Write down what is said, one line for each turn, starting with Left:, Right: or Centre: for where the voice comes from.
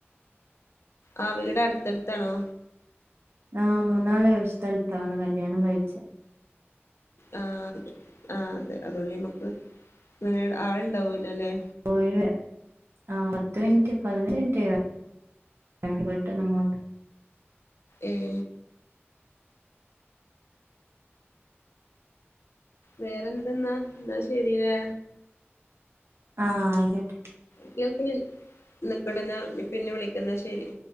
Left: ആ വീട് അടുത്തടുത്താണോ
Right: ആഹ മൂന്നാളെ ഒരു സ്ഥലത്താണ് കല്യാണം കഴിച്ച്
Left: ആ അതെ ആ അതെ അതോടെ നമ്മുക്ക് ഇങ്ങനെ ആളുണ്ടാവൂല്ലോല്ലെ
Right: പോയി ആ പത്ത് മിനിറ്റ് പതിനഞ്ച് മിനിറ്റ് വീട്ടീന്ന് അങ്ങോട്ട്
Left: എഏ വേറെന്തെന്നാ എന്നാ ശരില്ലേ
Right: ആഹ ആയിക്കോട്ടെ
Left: ചിലപ്പോ ഞാൻ നിക്കടുന്ന പിന്നെ വിളിക്കുന്ന ശെരി